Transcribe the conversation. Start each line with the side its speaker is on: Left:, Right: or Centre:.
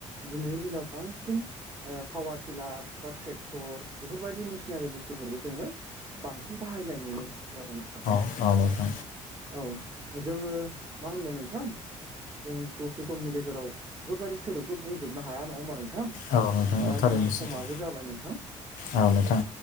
Right: दिनैनि दिनाव बांसिन ओ पावार टिलार बा ट्रेक्टर बेफोरबायदि मेसिनारि बुस्थु बुस्थुफोरखौ जोङो बांसिन बाहायनाय नुनो मोनसै आरो नोंथां।
Left: औ नोंथां।
Right: औ जोङो मा होननो नोंथां जों दसे समनि गेजेराव बेफोरबायदि सोदोबखौ बुंजोबनो हाया नङा होमबा नों नोंथां
Left: औ नोंथां
Right: दा
Left: औ थारैनो
Right: जोंहा
Left: सैथो
Right: समाबो जाबाय नोंथां
Left: औ नोंथां